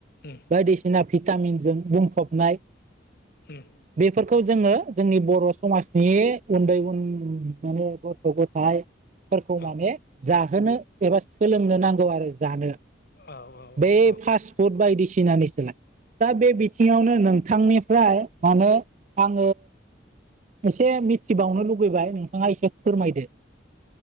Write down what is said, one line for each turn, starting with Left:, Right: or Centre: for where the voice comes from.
Left: उम
Right: बायदिसिना भिटामिनजों बुंफबनाय
Left: हम
Right: बेफोरखौ जोङो जोंनि बर' समाजनि उन्दै उन माने गथ' गथ' <unintelligible> फोरखौ
Left: औ औ उम
Right: माने
Left: औ ओ
Right: जाहोनो एबा सोलोंनो नांगौ आरो जानो <inaudible>
Left: ओरैनोथ'
Right: बे फास्ट फुड बायदिसिना निखोलाय? दा बे बिथिङावनो नोंथां एसे मिथिबावनो लुुबैबाय नोंथाङा एसे फोरमायदो